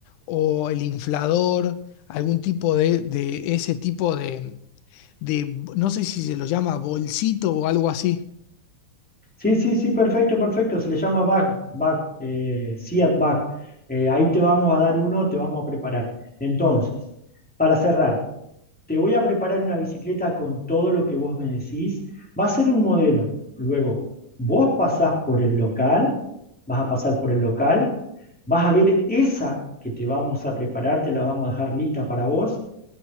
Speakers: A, on the left; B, in the centre.
A: o el inflador, algún tipo de, de ese tipo de, de, no sé si se lo llama bolsito o algo así.
B: Sí, sí, sí, perfecto, perfecto. Se le llama back, back, eh, Seat back. Eh, ahí te vamos a dar uno, te vamos a preparar. Entonces, para cerrar, te voy a preparar una bicicleta con todo lo que vos me decís. Va a ser un modelo. Luego, vos pasás por el local, vas a pasar por el local, vas a ver esa que te vamos a preparar, te la vamos a dejar lista para vos